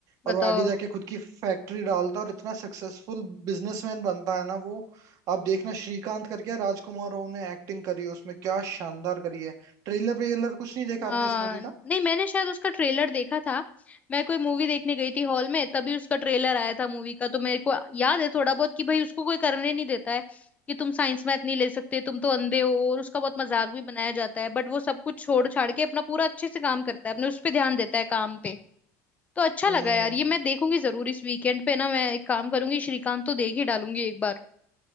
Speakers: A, on the left; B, on the right.
A: बताओ
B: और वो आगे जाके खुद की फैक्ट्री डालता और इतना सक्सेसफुल बिजनेसमैन बनता है ना वो आप देखना श्रीकांत करके है, राजकुमार राव ने एक्टिंग करी है उसमें क्या शानदार करी है ट्रेलर वेलर कुछ नहीं देखा
A: हाँ
B: आपने उस मूवी का
A: नहीं मैंने शायद उसका ट्रेलर देखा था मैं कोई मूवी देखने गई थी हॉल में तभी उसका ट्रेलर आया था मूवी का तो मेरे को याद है थोड़ा बहुत कि भाई उसको कोई करने नहीं देता है कि तुम साइंस मैथ नहीं ले सकते तुम तो अंधे हो और उसका बहुत मजाक भी बनाया जाता है बट वो सब कुछ छोड़ छाड़ के अपना पूरा अच्छे से काम करता है अपने उस पर ध्यान देता है काम पे तो अच्छा
B: हम्म
A: लगा यार ये मैं देखूंगी जरूर इस वीकेंड पे ना मैं एक काम करूंगी श्रीकांत तो देख ही डालूंगी एक बार